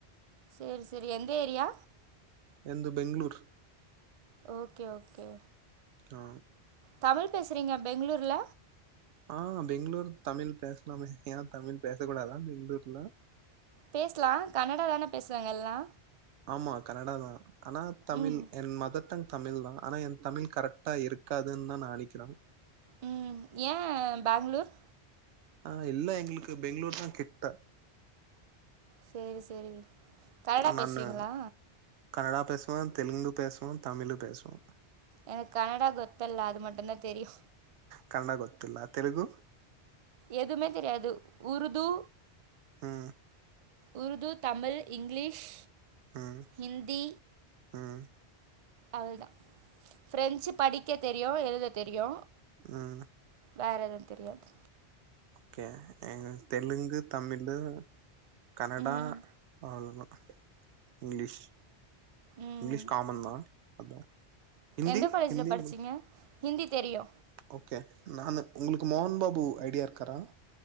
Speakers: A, on the right (about 65°); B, on the right (about 85°).
A: சேரி சேரி எந்த ஏரியா
B: எந்த பெங்ளூர்
A: ஓகே ஓகே
B: ஆ
A: தமிழ் பேசுறீங்க பெங்ளூர்ல
B: அ பெங்ளூர் தமில் பேசலாமே ஏ தமிழ் பேச கூடாதா பெங்ளூர்ல
A: பேச்லா கன்னடா தானே பேச்றாங்க எல்லா
B: ஆமா கனடா தா ஆனா தமிழ்
A: ம்
B: என் மதர் டங் தமிழ் ஆனா என தமிழ் கரெக்டா இருக்காதுன்னு தான் நா நினைக்றா
A: ம் ஏ பேங்ளூர்
B: அ இல்ல எங்ளுக்கு பெங்ளூர்தா கிட்ட
A: சேரி சேரி கனடா
B: நான்னு
A: பேசுவீங்களா
B: கன்னடா பேசுவே தெலுங்கு பேசுவே தமிழ் பேசுவே
A: எனக்கு கன்னடா கொத்தல்ல அது மட்டு தா தெரியு
B: கன்னட கொத்தல்ல தெலுகு
A: எதுமே தெரியாது உருது
B: ம்
A: உருது தமிழ் இங்லீஷ்
B: ம்
A: ஹிந்தி
B: ம்
A: அதுதா ப்ரெஞ்சு படிக்க தெரியு எழுத தெரியு
B: ம்
A: வேற எது தெரியாது
B: ஓகே எங்லுக் தெலுங்கு தமிழ்ழு கன்னடா
A: ம்
B: அவ்லோதா இங்லீஷ்
A: ம்
B: இங்லீஷ் காமன்தா அதா ஹிந்தி
A: எந்த காலேஜ்ல
B: ஹிந்தி
A: படிச்சீங்க ஹிந்தி தெரியு
B: ஓகே நானு உங்ளுக்கு மோகன் பாபு ஐடியா இருக்காரா